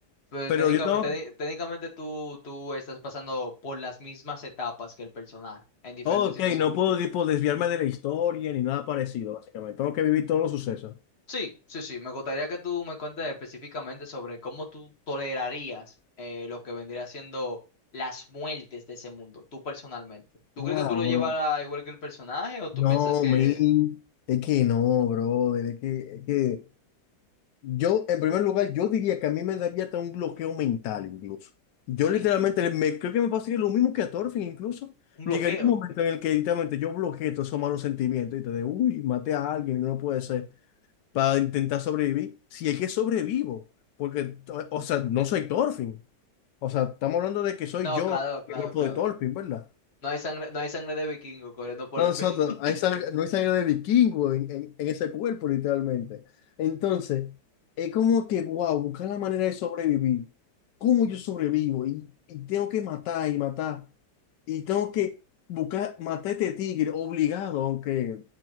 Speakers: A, on the left; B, on the left.
A: Pero
B: Pero
A: técnicamente,
B: yo tengo,
A: técni- técnicamente tú, tú estás pasando por las mismas etapas que el personaje en diferentes
B: oh, ok,
A: situaciones.
B: no puedo, tipo, desviarme de la historia ni nada parecido, básicamente, tengo que vivir todos los sucesos.
A: Sí, sí, sí. Me gustaría que tú me cuentes específicamente sobre cómo tú tolerarías eh, lo que vendría siendo las muertes de ese mundo, tú personalmente. ¿Tú
B: Wow,
A: crees que tú lo
B: bro.
A: llevarás igual que el personaje o tú
B: No,
A: piensas que
B: man, es que no, bro, es que, es que Yo, en primer lugar, yo diría que a mí me daría hasta un bloqueo mental incluso. Yo literalmente
A: en-
B: me, creo que me pasaría lo mismo que a Thorfinn incluso.
A: un
B: Llegaría
A: bloqueo?
B: un momento en el que literalmente yo bloqueé todos esos malos sentimientos y te de, uy, maté a alguien, no puede ser, para intentar sobrevivir. Si es que sobrevivo, porque, o o sea, no soy Thorfinn. O sea, estamos hablando de que soy
A: No,
B: yo,
A: claro, claro,
B: el cuerpo
A: claro.
B: de Thorfinn, ¿verdad?
A: No hay sangre, no hay sangre de vikingo corriendo por
B: No,
A: las
B: nosotros,
A: venas. <laughs>
B: hay sangre, no hay sangre de vikingo en, en- en ese cuerpo, literalmente. Entonces, es como que, wow, buscar la manera de sobrevivir. ¿Cómo yo sobrevivo? Y, y tengo que matar y matar. Y tengo que buscar, matar a este tigre, obligado, aunque